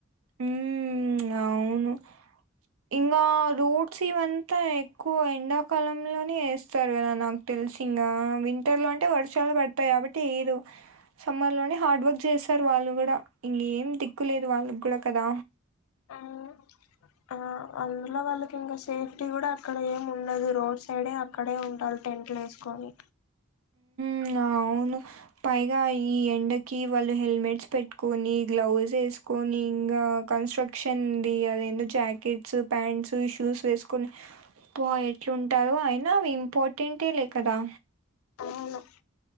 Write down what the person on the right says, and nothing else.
మ్ అవును ఇంకా రోడ్స్ ఇవంతా ఎక్కువ ఎండాకాలంలోనే వేస్తారు కదా నాకు తెలిసి ఇంగా వింటర్ లో అంటే వర్షాలు పడతాయి కాబట్టి ఏదో సమ్మర్ లోనే హార్డ్ వర్క్ చేస్తారు వాళ్ళు గూడా ఇంక ఏం దిక్కులేదు వాళ్ళ కూడా క్కదా
మ్ అవును పైగా ఈ ఎండకి వళ్ళు హెల్మెట్స్ పెట్టుకొని గ్లౌస్ వేసుకొని ఇంగా కన్స్ట్రక్షన్ ఉంది అదేంటో జాకెట్స్ ప్యాంట్స్ షూస్ ఏసుకొని ప ఎట్లుంటారో అయినా అవి ఇంపార్టెంటే లే కదా